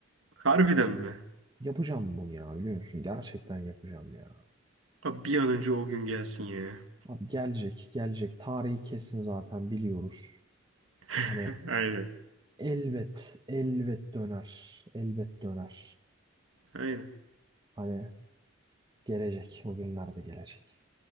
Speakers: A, on the right (about 80°); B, on the right (about 20°).
A: Harbiden mi?
B: Yapacağım bunu ya biliyor musun? Gerçekten yapacağım ya.
A: Abi bir an önce o gün gelsin ya.
B: Abi gelecek gelecek tarihi kesin zaten biliyoruz.
A: <laughs>
B: Hani
A: Aynen.
B: elbet, elbet döner. Elbet döner.
A: Aynen.
B: Hani gelecek. O günler de gelecek.